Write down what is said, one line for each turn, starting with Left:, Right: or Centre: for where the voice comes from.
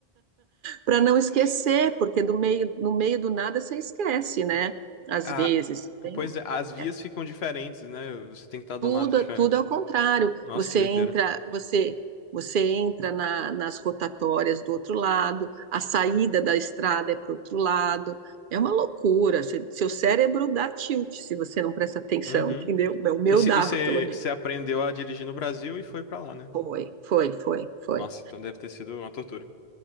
Right: para não esquecer, porque do meio, no meio do nada você esquece, né? Às
Left: Ah,
Right: vezes, tem-
Left: pois é, as vias
Right: é
Left: ficam diferentes, né? Você tem que estar de
Right: tudo,
Left: um lado diferente.
Right: tudo ao contrário.
Left: Nossa,
Right: Você
Left: que doideira.
Right: entra, você, você entra na- nas rotatórias do outro lado, a saída da estrada é para o outro lado. É uma loucura. Seu seu cérebro dá tilt se você não presta atenção,
Left: Uhum.
Right: entendeu? O meu
Left: E
Right: dava, pelo menos.
Left: você aprendeu a dirigir no Brasil e foi pra lá, né?
Right: Foi, foi, foi, foi.
Left: Nossa, então deve ter sido uma tortura.